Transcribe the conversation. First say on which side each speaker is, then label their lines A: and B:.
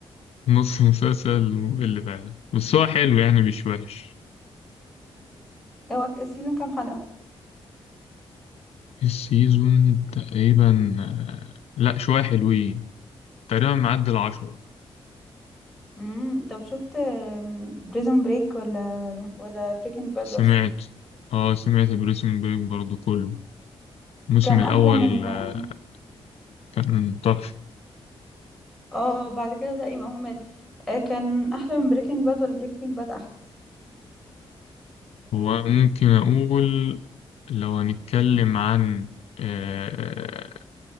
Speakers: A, on the left; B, in the centre.
A: نص مسلسل ممل فعلا بس هو حلو يعني مش وحش
B: هو ك- السيزون كام حلقة
A: السيزون تقريبا آه، لا شوية حلوين تقريبا معدي العشرة
B: امم طب شفت بريزون بريك ولا ولا بريكنج باد
A: سمعت
B: بس
A: اه سمعت بريسون بريك برضو كله الموسم
B: كان
A: الأول
B: احلى من
A: آه،
B: اه
A: كان تحفة
B: آه، بعد كده ده يبقى ممل آه، كان احلى من بريكنج باد ولا بريكنج باد احلى
A: وممكن أقول لو هنتكلم عن آه،